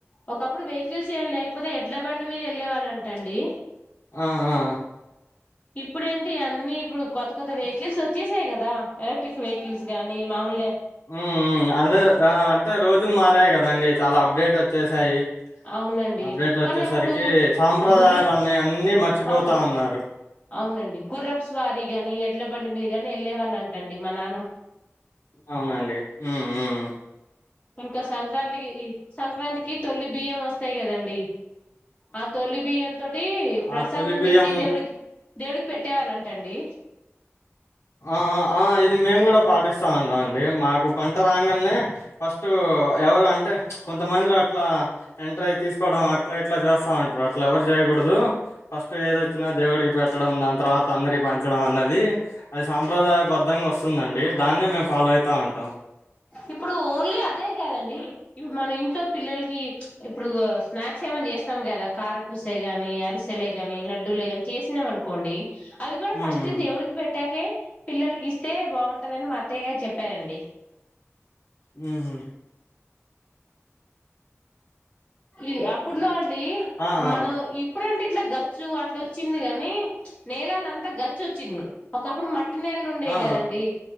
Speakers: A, on the left; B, on the left.
A: ఒకప్పుడు వెహికల్స్ ఏం లేకపోతే ఎడ్ల బండి మీద వెళ్ళే వాళ్ళంట అండి.
B: ఆ ఆ
A: ఇప్పుడు ఏంటి అన్నీ ఇప్పుడు కొత్త కొత్త వెహికల్స్ వచ్చేసాయి కదా, ఎలక్ట్రిక్ వెహికల్స్ గానీ మామూలు
B: ఉ మ్మ్ అదే అంటే రోజులు మారాయి కదండి చాలా అప్డేట్ వచ్చేసాయి
A: అవునండి
B: అప్డేట్ వచ్చేసరికి
A: కానీ అప్పుడు
B: సాంప్రదాయాలన్నీ
A: గుర్రపుస్
B: అన్నీ అన్నీ మర్చిపోతా
A: అవును
B: ఉన్నారు
A: అవునండి గుర్రపుస్వారి గాని ఎడ్ల బండి మీద గాని వెళ్ళే వాళ్ళంటండి మనా
B: అవునండి హ్మ్ హ్మ్
A: ఇంకా సం సంక్రాంతి ఈ సంక్రాంతికి తొలి బియ్యం వస్తాయి కదండి ఆ తొలి బియ్యం తోటి ప్రసాదం
B: ఆ తొలిబియ్యం
A: జేసి దేవుడిక్ దేవుడికి పెట్టేవాళ్ళం టండి
B: ఆ ఆ ఇది మేము కూడా పాటిస్తా ఉంటాం అండి, మాకు పంట రాగనే ఫస్ట్ ఎవరు అంటే ప్చ్ కొంతమందిర అట్లా ఎంటర్ అయి తీసుకోవడం అట్లా ఇట్లా చేస్తా ఉంటారు. అట్లా ఎవరు చేయకూడదు ఫస్ట్ ఏదొచ్చినా దేవుడికి పెట్టడం దాని తర్వాత అందరి పంచడం అన్నది. అది సాంప్రదాయబద్ధంగా వస్తుందండి దాన్నే మేము ఫాలో అయితా ఉంటాం
A: ఇప్పుడు ఓన్లీ అదే కదండి ఇప్పుడు మన ఇంట్లో పిల్లలకి ప్చ్ ఇప్పుడు స్నాక్స్ ఏమైనా చేస్తాం కదా కార పూసే గాని అరిసెలే గాని లడ్డూలే కానీ చేసినాం అనుకోండి అవి కూడా
B: హ్మ్
A: ఫస్ట్ దేవుడికి పెట్టాకే కె పిల్లలకి ఇస్తే బాగుంటందని మా అత్తయ్యగారు చెప్పారండి
B: మ్మ్ హు
A: ఇ అప్పుట్లో అండి
B: ఆ ఆ
A: మనం ఇప్పుడంటే అట్లా గచ్చు అట్లా వచ్చింది గాని ప్చ్ నేలల్లో అంత గచ్చు వచ్చింది ఒకప్పుడు మట్ ట్టి నేల్లు ఉండేయి
B: ఆ ఆ,
A: కదండి